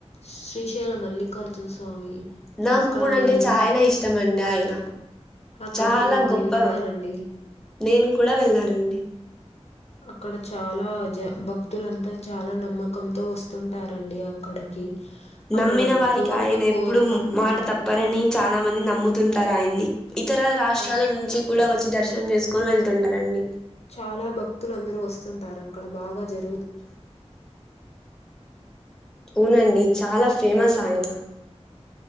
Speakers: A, on the left (about 70°); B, in the centre.
A: శ్రీశైల మల్లికార్జున స్వామి
B: నాకు
A: అక్కడ
B: కూడా
A: నేను
B: అంటే చాయనా ఇష్టమ అండి ఆయన
A: అక్కడికి
B: చాలా
A: నేను
B: గొప్ప
A: వెలానండి
B: నేను కూడా వెళ్ళానండి
A: అక్కడ చాలా జ భక్తులంతా చాలా నమ్మకంతో వస్తుంటారండి అక్కడికి అక్కడ
B: నమ్మిన వారికి
A: కోరిన
B: ఆయన
A: కోరికలకు
B: ఎప్పుడుూ మాట తప్పరని చాలా మంది నమ్ముతుంటారు ఆయన్ని ఇతర రాష్ట్రాల
A: ఆ
B: నుంచి కూడా వచ్చి దర్శనం చేసుకొని వెల్లి వెళ్తుంటారండి
A: చాలా భక్తులు అందరూ వస్తుంటారు అక్కడ బాగా జరి
B: వునండి చాలా ఫేమస్ ఆయన